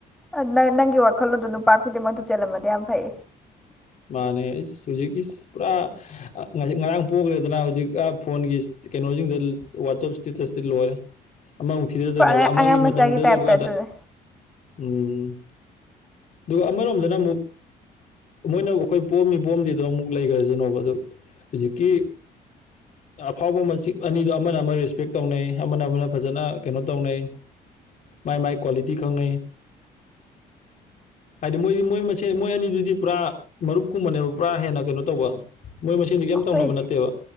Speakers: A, in the centre; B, on the left.
A: ꯑ ꯅꯪ ꯅꯪꯒꯤ ꯋꯥꯈꯜꯂꯣꯜꯗꯣ ꯅꯨꯄꯥ ꯈꯨꯗꯤꯡ ꯃꯛꯇ ꯆꯦꯜꯂꯝꯃꯗꯤ ꯌꯥꯝ ꯐꯩ
B: ꯃꯥꯅꯦ ꯢꯁ ꯍꯧꯖꯤꯛ ꯏꯁ ꯄꯨꯔꯥ ꯉꯔꯥꯡ ꯄꯣꯒ꯭ꯔꯦꯗꯅ ꯍꯧꯖꯤꯛ ꯑ ꯐꯣꯟꯒꯤ ꯀꯩꯅꯣꯁꯤꯡꯗ ꯋꯥꯆꯞ ꯏꯁꯇꯦꯇꯁꯇꯤ ꯂꯣꯏꯔꯦ ꯑꯃꯃꯨꯛ ꯊꯤꯗꯗꯣꯏꯅꯦꯕ
A: ꯄꯨꯔꯥ ꯑꯉꯥꯡ
B: ꯑꯃꯒꯤ
A: ꯑꯉꯥꯡ ꯃꯆꯥꯒꯤ
B: ꯃꯇꯝꯗꯨꯗ
A: ꯇꯥꯏꯞꯇ
B: ꯂꯩꯕ ꯀꯥꯟꯗ
A: ꯑꯗꯨꯅꯦ
B: ꯎꯝ ꯑꯗꯨꯒ ꯑꯃꯔꯣꯝꯗꯅ ꯑꯃꯨꯛ ꯃꯣꯏꯅ ꯑꯩꯈꯣꯏ ꯄꯣꯛꯑꯝꯃꯤ ꯄꯣꯛꯑꯝꯗꯗꯣ ꯑꯃꯨꯛ ꯂꯩꯒ꯭ꯔꯖꯅꯣꯕ ꯑꯗꯨ ꯍꯧꯖꯤꯛꯀꯤ ꯑꯐꯥꯎꯕ ꯃꯆꯤꯛ ꯑꯅꯤꯗꯣ ꯑꯃꯅ ꯑꯃ ꯔꯦꯁꯄꯦꯛ ꯇꯧꯅꯩ ꯑꯃꯅ ꯑꯃꯅ ꯐꯖꯅ ꯀꯩꯅꯣ ꯇꯧꯅꯩ ꯃꯥꯏ ꯃꯥꯏ ꯀ꯭ꯋꯥꯂꯤꯇꯤ ꯈꯪꯅꯩ ꯍꯥꯏꯗꯤ ꯃꯣꯏꯗꯤ ꯃꯣꯏ ꯃꯁꯦꯟ ꯃꯣꯏ ꯑꯅꯤꯗꯨꯗꯤ ꯄꯨꯔꯥ ꯃꯔꯨꯞ ꯀꯨꯝꯕꯅꯦꯕ ꯄꯨꯔꯥ ꯍꯦꯟꯅ ꯀꯩꯅꯣ ꯇꯧꯕ ꯃꯣꯏ ꯃꯁꯦꯟꯗꯤ ꯀꯩꯝ ꯇꯧꯅꯕ
A: ꯍꯣꯏ
B: ꯅꯠꯇꯦꯕ